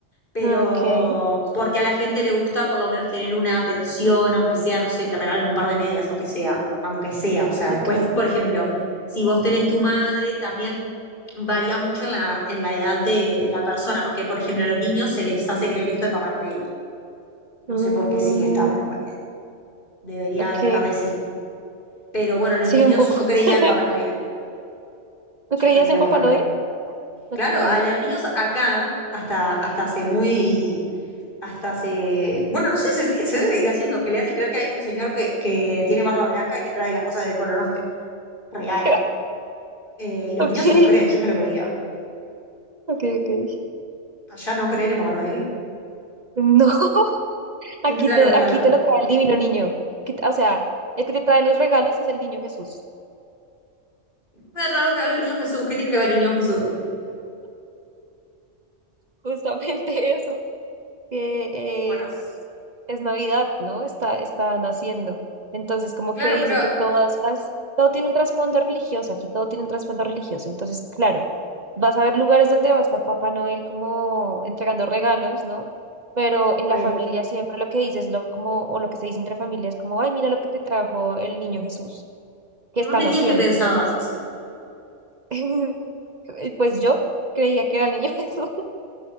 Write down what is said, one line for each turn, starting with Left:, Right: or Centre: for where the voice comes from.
Left: pero
Right: okay
Left: porque a la gente le gusta por lo menos tener una atención, aunque sea, no sé, te regalen un par de medias, aunque sea, aunque sea, o sea,
Right: okay
Left: después, por ejemplo, si vos tenés tu madre, también varía mucho en la, en la edad de, de la persona, porque, por ejemplo, a los niños se les hace creer esto de Papá Noel, no
Right: Mm,
Left: sé por qué sigue estando igual, debería
Right: ok,
Left: dejar de existir, pero bueno, los
Right: sí,
Left: niños,
Right: un poco.
Left: yo creía
Right: <laughs>
Left: en Papá Noel,
Right: ¿Tú
Left: yo
Right: creías
Left: creía
Right: en
Left: en
Right: Papá
Left: Papá Noel.
Right: Noel? okay
Left: Claro, a los niños acá, hasta, hasta hace muy hasta se... Bueno, no sé, se, sigue- se debe seguir haciendo, que le hacen creer que hay un señor que, que tiene barba blanca y te trae las cosas del Polo Norte. Real.
Right: <laughs>
Left: Eh, y los
Right: okay
Left: niños se lo creen, yo me lo creía.
Right: okay okay
Left: Allá no creen en Papá Noel.
Right: No. <laughs> Aquí
Left: ¿Quién te trae
Right: te,
Left: los regalos?
Right: aquí te lo trae el divino niño. Aquí te- o sea, el que te trae los regalos es el niño Jesús,
Left: Me va a traer los regalos del
Right: ¿sí?
Left: niño Jesús. ¿Qué tiene que ver el niño Jesús?
Right: Justamente <laughs> eso, que
Left: Bueno,
Right: es, es Navidad, ¿no? Está, está naciendo. Entonces, como
Left: claro,
Right: que dice
Left: pero...
Right: que todas las, todo tiene un trasfondo religioso, aquí todo tiene un trasfondo religioso. Entonces, claro, vas a ver lugares donde va a estar Papá Noel como entregando regalos, ¿no? Pero
Left: Re.
Right: en la familia siempre lo que dices, lo, como, o lo que se dice entre familias, como, ay, mira lo que te trajo el niño Jesús que
Left: ¿Y
Right: están
Left: vos de niños
Right: haciendo.
Left: qué pensabas?
Right: Entonces, <laughs> Pues yo creía que era el niño <laughs> Jesús,